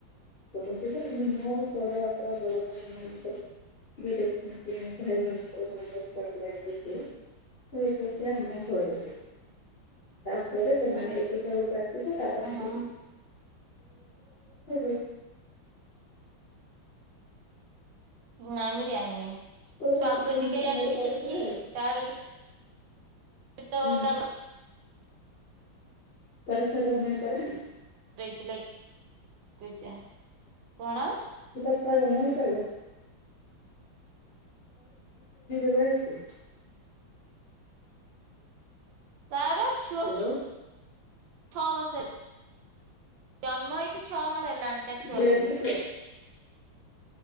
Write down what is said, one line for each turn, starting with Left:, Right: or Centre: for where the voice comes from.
Left: କରନ୍ତି ଯେ ହେଲେ ମୋ ବଡ଼ବାପା ବଡ଼ଭାଇମାନଙ୍କର <unintelligible> ଭାଇମାନଙ୍କର <unintelligible> <unintelligible> ତାଙ୍କ ଘରେ <unintelligible> ତାପରେ ସେମାନେ
Right: ହଁ
Left: ଏକୋଇଶା ବେଳକୁ ଆସିଥିଲେ ତାପରେ
Right: ହଁ।
Left: <unintelligible>
Right: ନାଇଁ ମୁଁ ଜାଣିନି ସ୍ୱାଗତିକା
Left: ତୋ ଶାଶୁ କେମିତି କଣ
Right: ଜାଣିଛୁ
Left: ଗୋଟେ କରୁଥିଲେ
Right: ଶି କିି
Left: ଆଉ।
Right: ତାର ବି ସେ ତ
Left: ହୁଁ।
Right: ତା ବା
Left: ପରିକ୍ଷା ସବୁ ମିଳ ସାରିଲାଣି।
Right: ଇକ୍ କୋଇସା କଣ?
Left: <unintelligible> ଟିକି ଟୁ ଛୁଆ ଜନ୍ମ ହେସରଲାଣିି ଏଇ <unintelligible> ବାହକ
Right: ତାର ଛୁଅ
Left: ହ୍ୟାଲୋ
Right: ଛଅ ମାସ ହେଲା ଜନ୍ମ ହେଇକି ଛଅ ମାସ ହେଲାଣି ତା ଛୁଆକୁ।
Left: ଝିଅ ହେଇଛି କି ପୁଅ